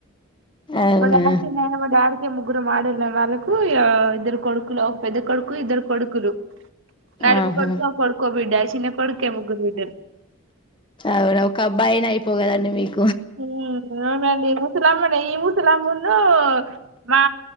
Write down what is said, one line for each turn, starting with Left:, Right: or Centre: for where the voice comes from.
Left: అవునా
Right: మా డాడీ చిన్న మ డాడికి ముగ్గురు ముగ్గురం ఆడోళం వాళ్ళకు ఇద్దరు కొడుకులు ఒక పెద్ద కొడుకు ఇద్దరు కొడుకులు నడుపు
Left: ఆహా
Right: కొడుకో కొడుకో బిడ్డ చిన్న కొడుకే ముగ్గురు బిడ్డలు
Left: అవునా ఒక అబ్బాయి అయిపోగదండి మీకు
Right: ఉ అవునండి ముసలమ్మనే ఈ ముసలమ్మును మా